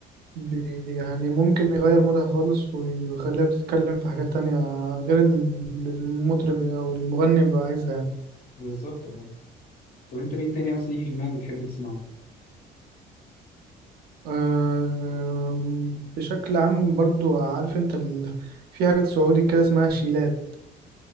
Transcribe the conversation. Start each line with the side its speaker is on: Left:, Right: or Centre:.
Right: بي- يعني ممكن يغير مودها خالص وي- ويخليها بتتكلم في حاجات تانية غير ال- المطرب أو المغني بيبقى عايزها يعني
Left: بالظبط اه طب انت مين تاني مثلا يجي في دماغك بتحب تسمعه؟
Right: أم، بشكل عام برضو عارف انت ال... في حاجات سعودي كده اسمها شيلات